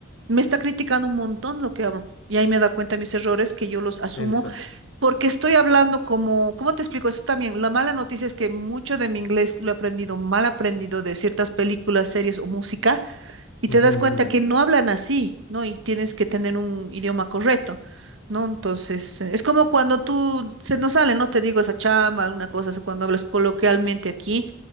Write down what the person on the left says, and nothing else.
Elsa,
ujú,
ujú,
ujú,